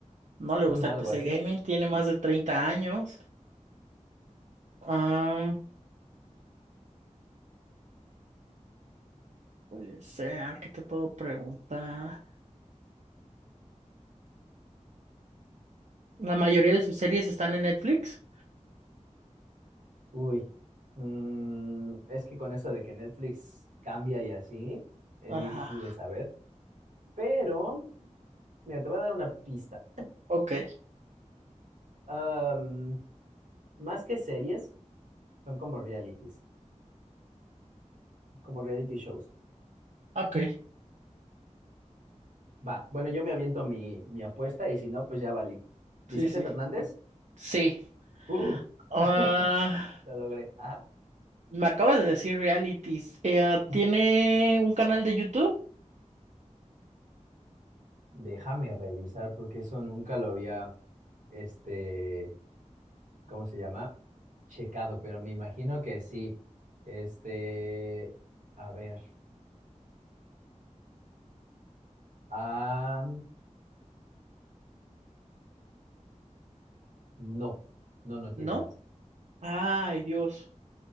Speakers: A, on the right; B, on the right.
A: No le
B: Ujú,
A: gusta
B: algo
A: el PC
B: así.
A: gaming, tiene más de 30 años. Ah, puede ser, ¿qué te puedo preguntar? La mayoría de sus series están en Netflix.
B: Uy, mm, es que con eso de que Netflix cambia y así, es
A: Ajá.
B: difícil de saber. Pero, mira, te voy a dar una pista.
A: Ok,
B: Am, más que series, son como realities, como reality shows.
A: ok.
B: Va, bueno, yo me aviento mi, mi apuesta y si no, pues ya valí. Vicente
A: Sí, sí.
B: Fernández,
A: Sí.
B: ¡uh!
A: Ah,
B: <laughs> Lo logré. Ajá.
A: me acabas de decir realities. Eh, ah,
B: Ujú.
A: ¿tiene un canal de YouTube?
B: Déjame revisar porque eso nunca lo había, este, ¿cómo se llama? Checado, pero me imagino que sí. Este, a ver. Ah, no, no, no tiene
A: ¿No?
B: uno.
A: Ay, Dios.